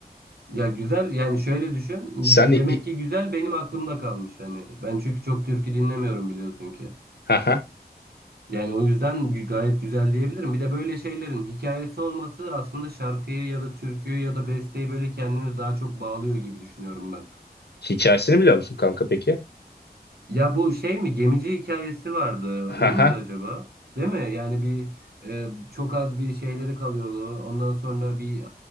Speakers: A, on the right; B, on the left.
A: Ya güzel yani şöyle düşün.
B: Sen
A: Demek
B: hi-
A: ki güzel benim aklımda kalmış yani. Ben çünkü çok türkü dinlemiyorum biliyorsun ki.
B: haha
A: Yani o yüzden gayet güzel diyebilirim. Bir de böyle şeylerin hikayesi olması aslında şarkıyı ya da türküyü ya da besteyi böyle kendine daha çok bağlıyor gibi düşünüyorum ben.
B: hikayesini biliyor musun kanka peki?
A: Ya bu şey mi gemici hikayesi vardı.
B: Haha
A: O muydu acaba? Değil mi? Yani bir e, çok az bir şeyleri kalıyordu. Ondan sonra bir